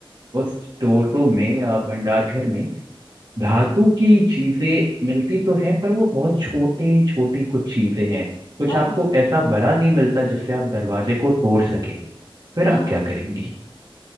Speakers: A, on the right; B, on the left.
A: उस स्टोर रूम में या भंडार घर में धातु की चीजें मिलती तो हैं पर वो बहुत छोटे छोटी कुछ चीजें हैं कुछ
B: हाँ
A: आपको
B: हाँ
A: ऐसा बड़ा नहीं मिलता जिससे आप दरवाजे को तोड़ सके फिर
B: आह,
A: आप क्या करेंगी